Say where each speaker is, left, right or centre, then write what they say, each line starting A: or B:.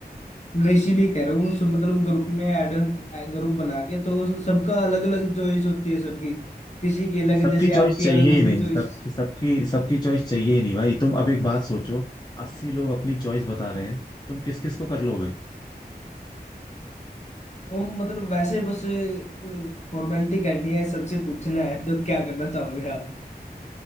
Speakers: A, on the left; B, on the left.
A: मैं इसीलिए कह रहा हूँ सब मतलब ग्रुप में ऐड ग्रुप बना के तो सबका अलग अलग चॉइस होती है सबकी किसी की अलग
B: सबकी
A: जैसे
B: चॉइस
A: आपकी
B: चाहिए
A: अलग होगी
B: ही नहीं
A: चॉइस
B: सब सबकी सबकी चॉइस चाहिए ही नहीं भाई तुम अब एक बात सोचो अस्सी लोग अपनी चॉइस बता रहे हैं तुम किस किस को कर लोगे
A: वो मतलब वैसे बस फॉर्मेलिटी करनी है सबसे पूछना है तो क्या करना चाहोगे आप